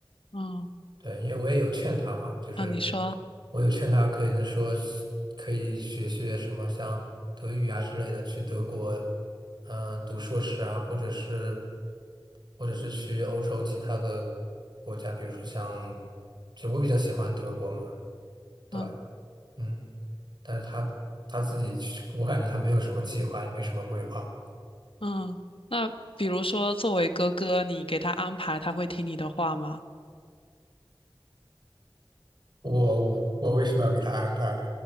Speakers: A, on the left; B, on the right.
A: 嗯
B: 对，因为我也有劝他嘛，就是
A: 嗯，你说，
B: 我有劝他，可以说是可以学学什么像德语啊之类的，去德国，嗯、读硕士啊，或者是或者是去欧洲其他的国家，比如说像，其实我比较喜欢德国嘛，对，
A: 嗯
B: 嗯，但是他他自己去我感觉他没有什么计划，也没什么规划。
A: 嗯，那比如说作为哥哥，你给他安排，他会听你的话吗？
B: 我我为什么要给他安排？